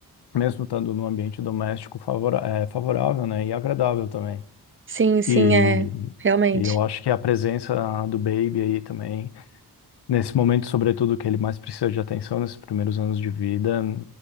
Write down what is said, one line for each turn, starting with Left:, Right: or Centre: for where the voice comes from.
Left: mesmo estando num ambiente doméstico, favora- eh, favorável, né? E agradável também.
Right: Sim, sim,
Left: E,
Right: é. Realmente.
Left: e eu acho que a presença do Baby aí também, nesse momento, sobretudo, que ele mais precisa de atenção nesses primeiros anos de vida,